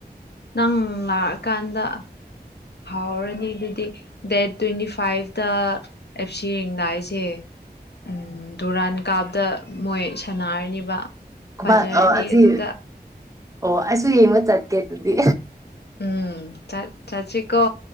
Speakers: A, on the left (about 85°); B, on the right (about 20°).
A: ꯅꯪ ꯂꯥꯛꯑꯀꯥꯟꯗ ꯍꯥꯎꯔꯅꯤ ꯑꯗꯨꯗꯤ ꯗꯦꯠ ꯇ꯭ꯋꯦꯟꯇꯤ ꯐꯥꯏꯚꯇ ꯑꯦꯞꯁꯤ ꯌꯦꯡꯅꯥꯏꯁꯦ ꯎꯝ ꯗꯨꯨꯔꯥꯟ ꯀꯥꯞꯗ ꯃꯣꯏ ꯁꯥꯟꯅꯔꯅꯤꯕ ꯐꯖꯔꯅꯤ
B: ꯑ ꯑꯁꯤ
A: ꯑꯗꯨꯗ
B: ꯑꯣ ꯑꯩꯁꯨ ꯌꯦꯡꯕ ꯆꯠꯀꯦ ꯑꯗꯨꯗꯤ
A: ꯎꯝ ꯆ ꯆꯁꯤ ꯀꯣ